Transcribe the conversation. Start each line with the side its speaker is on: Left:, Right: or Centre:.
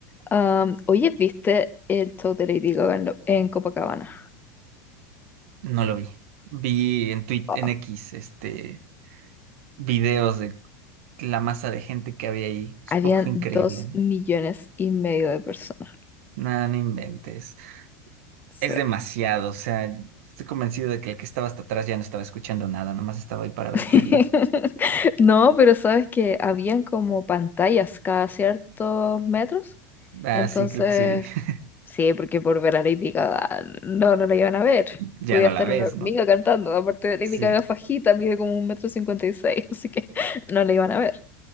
Left: Am, oye, ¿viste el show de Lady Gaga en, lo- en Copacabana?
Right: No lo vi. Vi en Twitter,
Left: Oh,
Right: en X, este, videos de la masa de gente que había ahí. Supongo
Left: habían
Right: que fue increíble,
Left: dos
Right: ¿no?
Left: millones y medio de personas.
Right: Nada no inventes.
Left: Sí.
Right: Es demasiado, o sea, estoy convencido de que el que estaba hasta atrás ya no estaba escuchando nada, nomás estaba ahí para ver
Left: <laughs>
Right: qué había.
Left: No, pero sabes que habían como pantallas cada ciertos metros.
Right: Ah,
Left: Entonces,
Right: sí, creo que sí. vi. <laughs>
Left: sí, porque por ver a Lady Gaga no, no la iban a ver.
Right: Ya
Left: Podía
Right: no
Left: estar
Right: la ves,
Left: una hormiga
Right: ¿no?
Left: cantando. Aparte de Lady
Right: Sí,
Left: Gaga fajita, mide como un metro cincuenta y seis, así que <laughs> no la iban a ver.